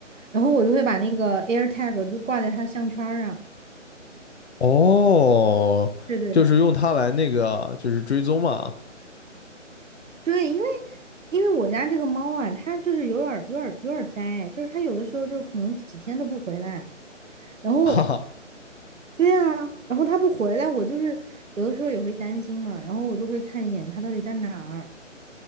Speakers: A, on the right; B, on the left.
A: 然后我就会把那个 AirTag 就挂在它的项圈儿上。
B: 哦，
A: 对对
B: 就是用它来那个就是追踪嘛，
A: 对，因为因为我家这个猫啊，它就是有点儿有点儿有点儿呆，就是它有的时候就可能几天都不回来，然后
B: 哈哈
A: 对啊，然后他不回来，我就是有的时候也会担心嘛，然后我就会看一眼他到底在哪儿。